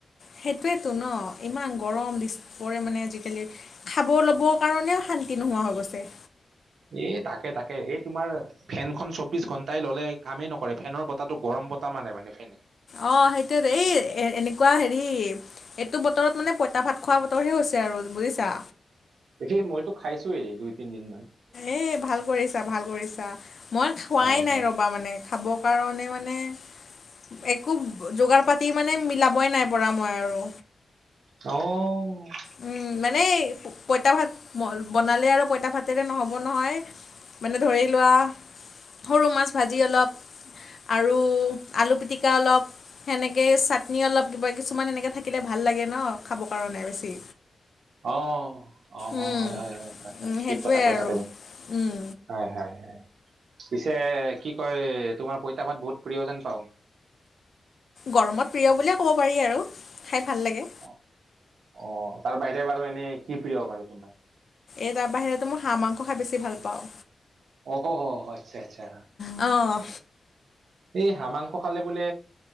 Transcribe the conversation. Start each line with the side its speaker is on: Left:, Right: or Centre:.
Left: সেইটোৱেতো ন ইমান গৰম দিছে পৰে মানে আজিকালি। খাব ল'বৰ কাৰণেও শান্তি নোহোৱা হৈ গৈছে।
Right: এই তাকে তাকে এই তোমাৰ ফেন- এখন চৌব্বিশ ঘণ্টাই ল'লে কামেই নকৰে, ফেনৰ বতাটো গৰম বতা মাৰে মানে ফেনে।
Left: অ সেইটোৱেতো এই এ এনেকোৱা হেৰি এইটো বতৰত মানে পইতা ভাত খোৱা বতৰহে হৈছে আৰু বুজিছা।
Right: দেই মইতো খাইছোৱেই দুই তিনদিন মান।
Left: এই ভাল কৰিছা, ভাল কৰিছা, মই খোৱাই
Right: হয় হয়
Left: নাই ৰ'বা মানে খাবৰ কাৰণে মানে- একো যোগাৰ পাতি মানে মিলাবই নাই পৰা মই আৰু।
Right: অঁ
Left: উম মানে- পইতা ভাত বনালে আৰু পইতা ভাতেৰে নহ'ব নহয় মানে ধৰি লোৱা- সৰু মাছ ভাজি অলপ আৰু আলু পিটিকা অলপ, সেনেকে চাটনি অলপ কিবা কিছুমান এনেকৈ থাকিলে ভাল লাগে ন, খাবৰ কাৰণে বেছি।
Right: অ, অ,
Left: উম
Right: অ, হয়, হয়, হয়
Left: উম, সেইটোৱে
Right: ঠিক কথা কৈছা
Left: আৰু
Right: তুমি।
Left: উম
Right: হয় হয় হয়। পিছে কি কয় তোমাৰ পইতা ভাত বহুত প্ৰিয় যেন পাওঁ?
Left: গৰমত প্ৰিয় বুলিয়ে ক'ব পাৰি আৰু, খাই ভাল লাগে।
Right: অ, অ তাৰ বাহিৰে বাৰু এনে কি প্ৰিয় বাৰু তোমাৰ?
Left: এই তাৰ বাহিৰতো মই হাঁহ মাংস খাই বেছি ভাল পাওঁ।
Right: অ হ অ' আচ্ছা আচ্ছা।
Left: অ,
Right: এই হাঁহ মাংস খালে বোলে